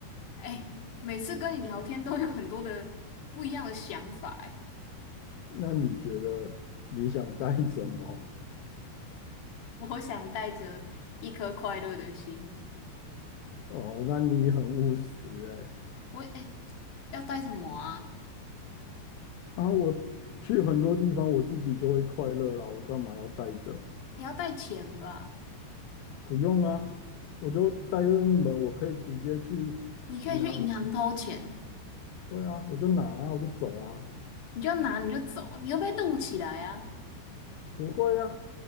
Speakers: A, on the left; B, on the left.
A: 哎、每次跟你聊天都有很多的不一样的想法哎、
B: 那你觉得你想带什么？
A: 我想带着一颗快乐的心，
B: 哦，那你很务实哎、
A: 我哎、要带什么啊？
B: 啊，我去很多地方我自己就会快乐啦，我干嘛要带着？
A: 你要带钱吧？
B: 不用啊，我就带任意门，我可以直接去银行。
A: 你可以去银行偷钱。
B: 对啊，我就拿啊，我就走啊。
A: 你就拿你就走，你又被录起来啊！
B: 不会啊，